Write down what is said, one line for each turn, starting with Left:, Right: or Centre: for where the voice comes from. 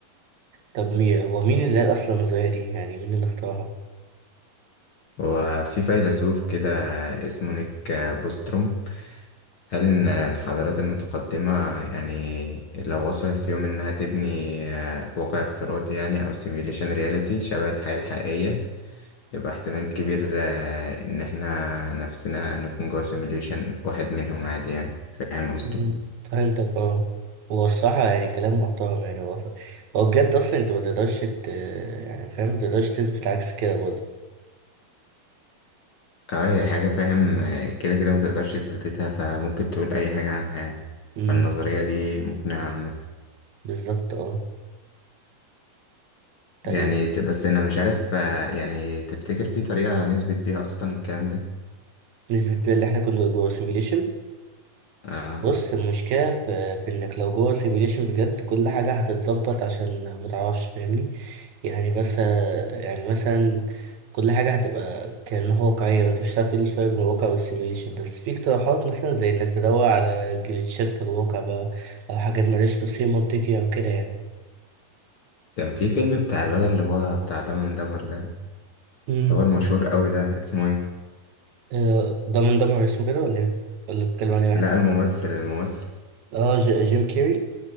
Right: طب مين هو مين اللي قال اصلا النظريه دي يعني مين اللي اخترعها
Left: وفي فيلسوف كده اسمه نيك بوستروم قال إن الحضارات المتقدمة يعني لو وصلت في يوم إنها تبني آه، واقع افتراضي يعني أو سيميوليشن رياليتي شبه الحياة الحقيقية يبقى احتمال كبير آه، إن إحنا نفسنا نكون جوا سيميليشن واحد منهم عادي يعني فاهم قصدي؟
Right: مم، فهمتك اه هو الصراحه يعني كلام محترم يعني هو ف- هو بجد اصلا انت ما تقدرش ت... يعني فاهم ما تقدرش تثبت عكس كده برضه
Left: أه هي حاجة فاهم آه، كده كده ما تقدرش تثبتها فممكن تقول أي حاجة عنها يعني
Right: امم
Left: فالنظرية دي مقنعة عامة
Right: بالظبط اه طيب
Left: يعني ت- بس أنا مش عارف آه، يعني تفتكر في طريقة نثبت بيها أصلا الكلام ده؟
Right: نثبت بقى اللي احنا كنا جوه سيميوليشن
Left: أه
Right: بص المشكلة في, في إنك لو جوه سيميليشن بجد كل حاجة هتتظبط عشان متعرفش فاهمني يعني بس يعني مثلا كل حاجة هتبقى كأنها واقعية وأنت مش هتعرف إيه الفرق بين الواقع والسيميليشن بس في اقتراحات مثلا زي إنك تدور على جليتشات في الواقع بقى أو حاجات ملهاش تفسير منطقي أو كده يعني
Left: كان في فيلم بتاع الولد اللي هو بتاع دمن دمر ده اللي
Right: امم
Left: هو المشهور قوي ده اسمه إيه؟
Right: آه، ده من دمر اسمه كده ولا إيه؟ ولا بتكلم عن إيه واحد؟
Left: لا الممثل الممثل
Right: آه ج- جيم كيري